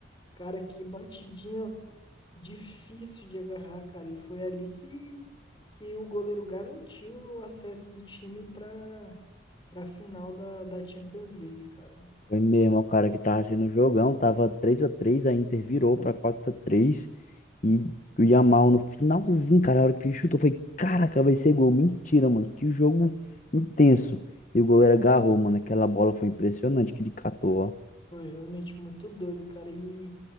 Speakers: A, on the left (about 25°); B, on the left (about 40°).
A: Cara, que batidinha difícil de agarrar, cara. E foi ali que, que o goleiro garantiu o acesso do time pra, pra final da, da Champions League, cara.
B: Foi mesmo, o cara que tava sendo um jogão, tava três a três a Inter virou pra quatro a três e o Yamal no finalzinho, cara, a hora que ele chutou, foi, caraca, vai ser gol, mentira, mano, que jogo intenso. E o goleiro agarrou, mano, aquela bola foi impressionante que ele catou, ó.
A: Foi realmente muito doido, cara. E,